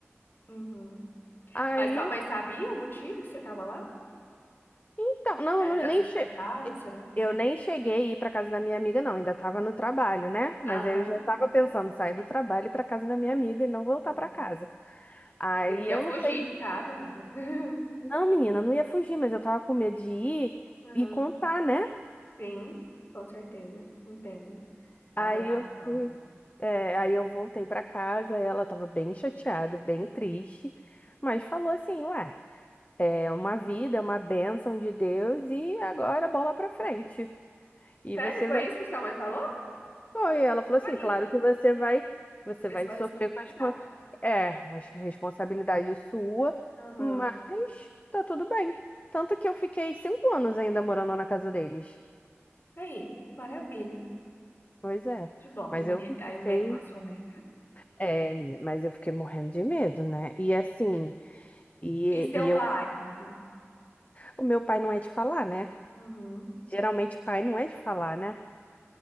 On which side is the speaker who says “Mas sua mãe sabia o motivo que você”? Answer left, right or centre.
Left